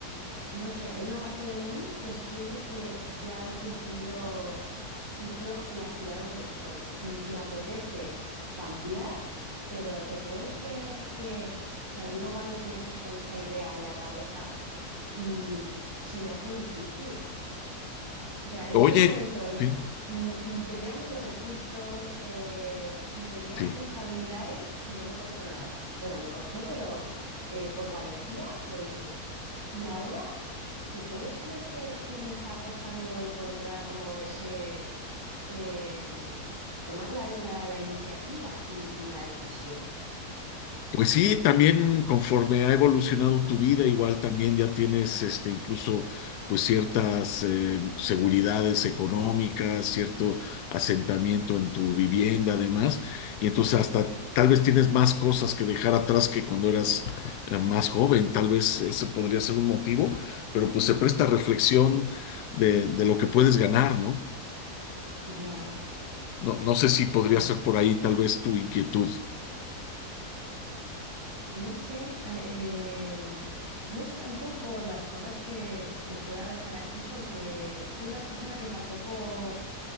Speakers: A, on the right; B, on the left.
A: no sé, hay una parte de mí que siente que ya he cumplido ciclo en la ciudad donde estoy y me apetece cambiar, pero ¿te puedes creer que, o sea, llevo varios meses con esta idea en la cabeza y se me hace difícil? O sea, en
B: Oye,
A: ese momento no-
B: sí,
A: mm, mm, tenía menos recursos, eh, mm, tenía
B: sí.
A: menos habilidades y no me costó nada. Bueno, me costó, pero eh, por valentía lo hice. Y ahora... ¿Te puedes creer que, que me está costando encontrar como ese, eh, tomar la, la- la iniciativa y, y la decisión?
B: Pues sí, también conforme ha evolucionado tu vida, igual también ya tienes este incluso pues ciertas eh, seguridades económicas, cierto asentamiento en tu vivienda, además, y entonces hasta tal vez tienes más cosas que dejar atrás que cuando eras eh, más joven, tal vez ese podría ser un motivo, pero pues se presta reflexión de, de lo que puedes ganar, ¿no?
A: Ya,
B: No, no sé si podría
A: ya.
B: ser por ahí tal vez tu inquietud.
A: No sé, eh, eh, no es tanto por las cosas que, que pueda dejar aquí, porque soy una persona que tampoco